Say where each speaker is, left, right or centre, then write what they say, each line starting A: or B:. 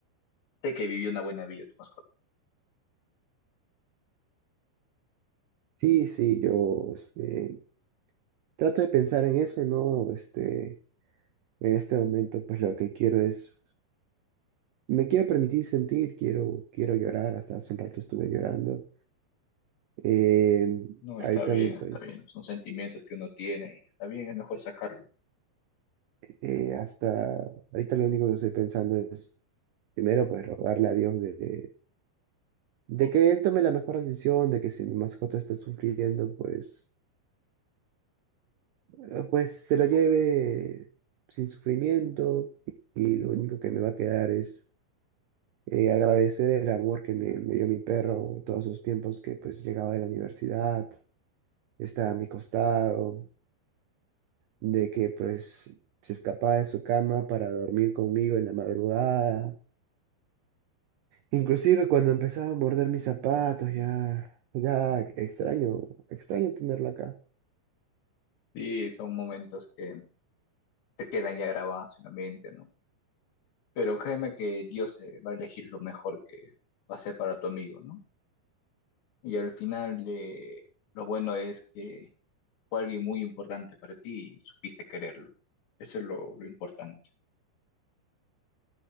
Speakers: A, on the left; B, on the right.
A: sé que vivió una buena vida tu mascota.
B: Sí, sí, yo, este, trato de pensar en eso, ¿no? Este, en este momento, pues, lo que quiero es, me quiero permitir sentir, quiero, quiero llorar, hasta hace un rato estuve llorando. Eh,
A: No,
B: ahorita,
A: está bien, está
B: pues,
A: bien. Son sentimientos que uno tiene y está bien, es mejor sacarlo.
B: eh, hasta, ahorita lo único que estoy pensando es, primero, pues, rogarle a Dios de, de que él tome la mejor decisión, de que si mi mascota está sufriendo, pues eh, pues se lo lleve sin sufrimiento y lo único que me va a quedar es eh, agradecer el amor que me, me dio mi perro todos esos tiempos que pues llegaba de la universidad, estaba a mi costado, de que pues se escapaba de su cama para dormir conmigo en la madrugada. Inclusive cuando empezaba a morder mis zapatos, ya, ya extraño, extraño tenerlo acá.
A: Sí, son momentos que se quedan ya grabados en la mente, ¿no? Pero créeme que Dios eh, va a elegir lo mejor que va a ser para tu amigo, ¿no? Y al final, eh, lo bueno es que fue alguien muy importante para ti y supiste quererlo. Eso es lo, lo importante.